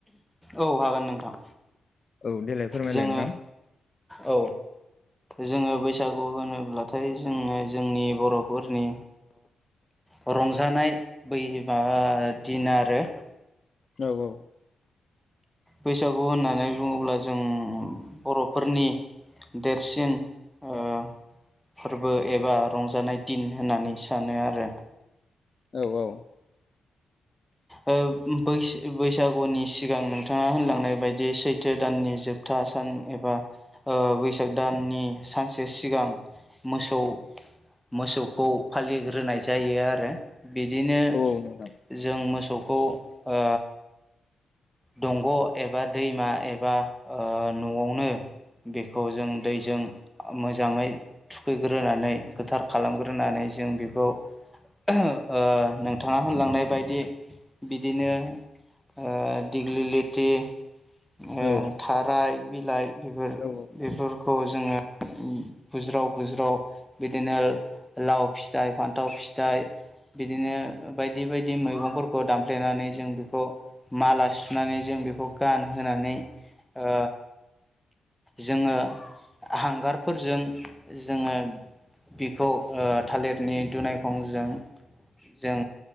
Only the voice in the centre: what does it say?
औ हागोन नोंथां।
जोङो
औ जोङो बैसागु होनोब्ला थाय जोङो जोंनि बर'फोरनि ओ रंजानाय बै माबा दिन आरो।
बैसागु होननानै बुङोब्ला जों बर'फोरनि देरसिन ओ फोरबो एबा रंजानाय दिन होननानै सानो आरो।
ओ बैस-बैसागुनि सिगां नोंथाङा होनलांनाय बायदि सैथो दाननि जोबथा सान एबा ओ बैसाग दाननि सानसे सिगां मोसौ मोसौखौ फालिग्रोनाय जायो आरो। बिदिनो
जों मोस सौखौ ओ दंग' एबा दैमा एबा न'आवनो बेखौ जों दैजों आ मोजाङै थुखैग्रोनानै गोथार खालामग्रोनानै जों बेखौ ओ नोंथाङा होनलांनाय बायदि बिदिनो ओ दिग्लि लिथि ओ
थाराय बिलाइ बेफोर
बेफोरखौ जोङो बुज्राव बुज्राव बिदिनो लाव फिथाइ फान्थाव फिथाइ बिदिनो बायदि बायदि मैगंफोर खौ दामफ्लेनानै जों बेखौ माला सुनानै जों बेखौ गानहानै ओ जोङो हांगारफोरजों जोङो बिखौ ओ थालेरनि दुनायखंजों जों